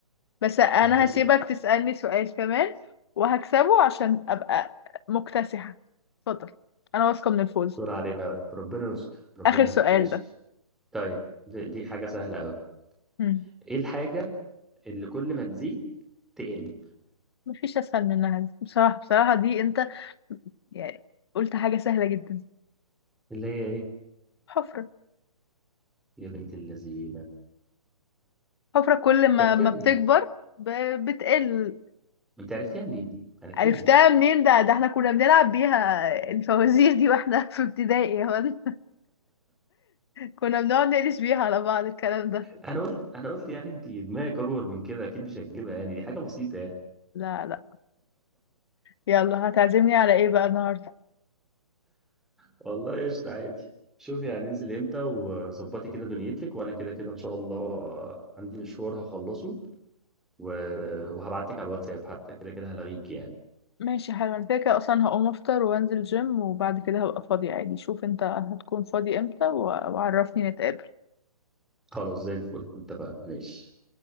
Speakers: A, on the left; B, in the centre.
A: بس أنا
B: نهار ازرق
A: هسيبك تسألني سؤال كمان وهكسبه عشان أبقى مكتسحة اتفضل أنا واثقة من الفوز
B: دور علينا يا رب ربنا يستر ربنا
A: آخر
B: يستر
A: سؤال
B: ماشي
A: ده
B: طيب دي دي حاجه سهله قوي
A: مم.
B: ايه الحاجه اللي كل ما تزيد تقل
A: مفيش اسهل منها دي بصراحه بصراحه دي انت يعني قلت حاجه سهله جدا
B: اللي هي ايه
A: حفره
B: يا بنت اللذينه
A: حفره كل
B: انت
A: ما
B: عرفتيها
A: ما
B: منين
A: بتكبر ب... بتقل
B: انت عرفتيها منين دي عرفتيها
A: عرفتها
B: منين
A: منين ده ده احنا كنا بنلعب بيها الفوازير دي واحنا <laughs> في ابتدائي هون. كنا بنقعد نقلش بيها على بعض الكلام ده
B: انا قلت انا قلت يعني انت دماغك اكبر من كده اكيد مش هتجيبها يعني دي حاجه بسيطه يعني
A: لا لا يلا هتعزمني على ايه بقى النهارده
B: والله قشطه عادي شوفي هننزل امتى وظبطي كده دنيتك وانا كده كده ان شاء الله عندي مشوار هخلصه و... وهبعت لك على الواتساب حتى كده كده هلغيك يعني
A: ماشي حلو انا كده كده اصلا هقوم افطر وانزل جيم وبعد كده هبقى فاضي عادي شوف انت هتكون فاضي امتى و- وعرفني نتقابل
B: خلاص زي الفل اتفقنا ماشي